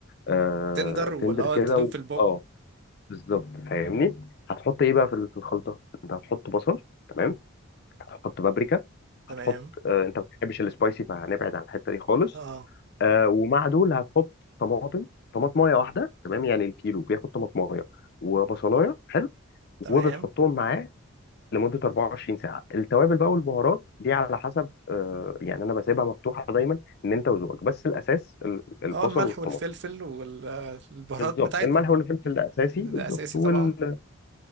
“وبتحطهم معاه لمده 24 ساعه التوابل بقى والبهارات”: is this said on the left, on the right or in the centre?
Left